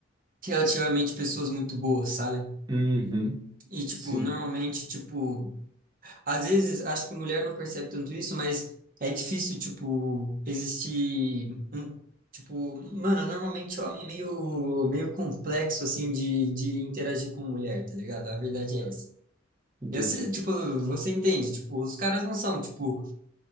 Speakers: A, on the right; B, on the right.
A: relativamente pessoas muito boas, sabe?
B: uhum,
A: E, tipo,
B: sim.
A: normalmente, tipo, às vezes acho que mulher não percebe tanto isso, mas é difícil, tipo, existir um, tipo, mano, normalmente homem é meio, meio complexo, assim, de, de interagir com mulher, tá ligado? A verdade é essa.
B: Entendi.
A: Eu sei, tipo, você entende, tipo, os caras não são, tipo,